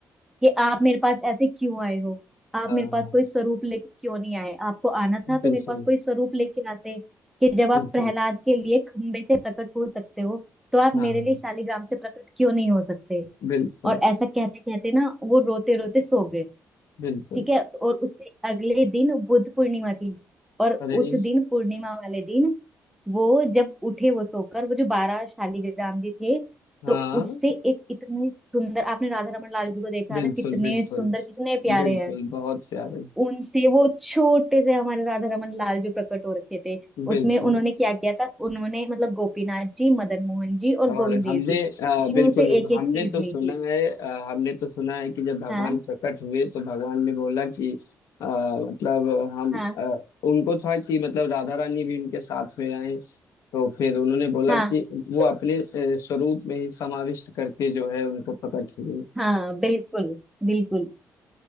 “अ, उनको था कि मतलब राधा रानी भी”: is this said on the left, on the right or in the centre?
Left